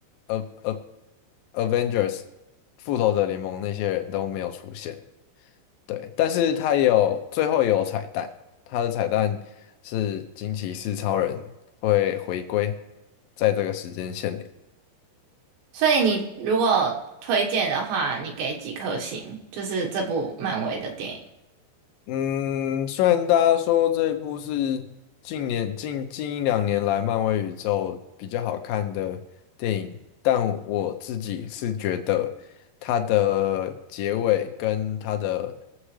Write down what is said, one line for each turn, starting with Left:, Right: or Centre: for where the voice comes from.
Left: 呃呃 Avengers 复仇者联盟那些人都没有出现，对，但是他也有最后也有彩蛋，他的彩蛋是惊奇四超人会回归在这个时间线里。
Right: 所以你如果推荐的话，你给几颗星？就是这部漫威的电影。
Left: 嗯，虽然大家说这一部是近年近近一两年来漫威宇宙比较好看的电影，但我自己是觉得它的结尾跟它的